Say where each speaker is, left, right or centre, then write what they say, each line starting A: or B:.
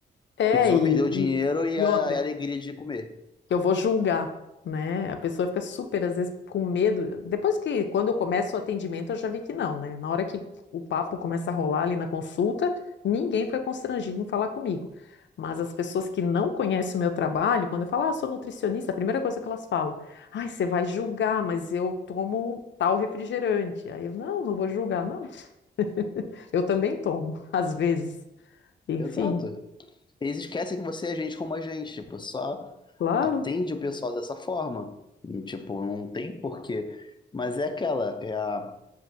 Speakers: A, on the left; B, on the left.
A: É,
B: Pisou,
A: e,
B: perdeu o dinheiro
A: e
B: e a,
A: e outra.
B: a alegria de comer.
A: eu vou julgar, né? A pessoa fica super, às vezes, com medo. Depois que, quando eu começo o atendimento, eu já vi que não, né? Na hora que o papo começa a rolar ali na consulta, ninguém fica constrangido em falar comigo. Mas as pessoas que não conhecem o meu trabalho, quando eu falo, ah, sou nutricionista, a primeira coisa que elas falam, ai, você vai julgar, mas eu tomo tal refrigerante. Aí eu, não, não vou julgar, não. <laughs> Eu também tomo, às vezes. Enfim,
B: Exato. Eles esquecem que você é gente como a gente, tipo, só
A: claro.
B: atende o pessoal dessa forma. E, Tipo, não tem porquê. Mas é aquela, é a